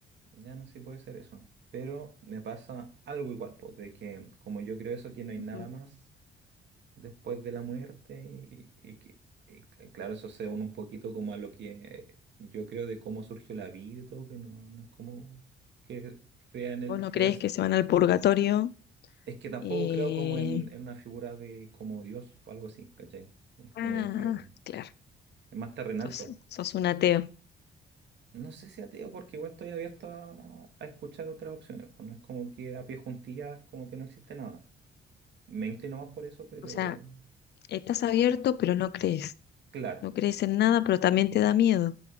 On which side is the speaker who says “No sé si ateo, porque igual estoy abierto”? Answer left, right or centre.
Right